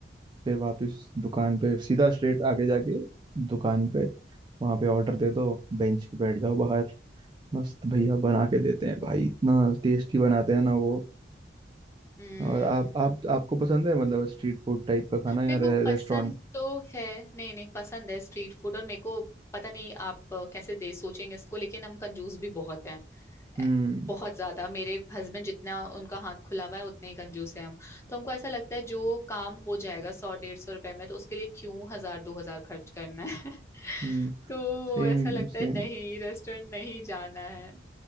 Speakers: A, on the right (about 25°); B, on the left (about 15°).
A: फिर वापस दुकान पे सीधा स्ट्रेट आगे जाके दुकान पे वहां पे ऑर्डर दे दो बेंच पे बैठ जाओ बाहर मस्त भैया बना के देते हैं भाई इतना टेस्टी बनाते हैं ना वो
B: हम्म
A: और आप आप आपको पसंद है मतलब स्ट्रीट फूड टाइप का खाना या
B: मेरे
A: रे,
B: को पसंद
A: रेस्टोरेंट
B: तो है नहीं नहीं पसंद है स्ट्रीट फूड और मेरे को पता नहीं आप अ, कैसे दे सोचेंगे इसको लेकिन हम कंजूस भी बहुत हैं
A: हम्म
B: ए- बहुत ज्यादा मेरे हस्बैंड जितना उनका हाथ खुला हुआ है उतने ही कंजूस है हम तो हमको ऐसा लगता है जो काम हो जाएगा सौ डेढ़ सौ रुपए में तो उसके लिए क्यों हजार दो हजार खर्च करना है <laughs>
A: हम्म
B: तो
A: सेम
B: ऐसा लगता
A: सेम
B: है नहीं रेस्टोरेंट नहीं जाना है